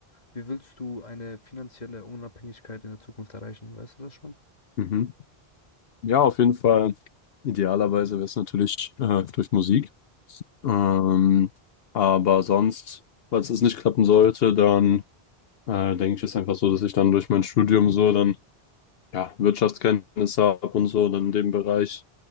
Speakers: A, on the left; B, on the left.
A: wie willst du eine finanzielle Unabhängigkeit in der Zukunft erreichen? Weißt du das schon?
B: Mhm. Ja, auf jeden Fall. Idealerweise wäre es natürlich äh, durch Musik. Ähm, aber sonst, falls es nicht klappen sollte, dann äh, denke ich, ist einfach so, dass ich dann durch mein Studium so dann ja Wirtschaftskenntnisse habe und so dann in dem Bereich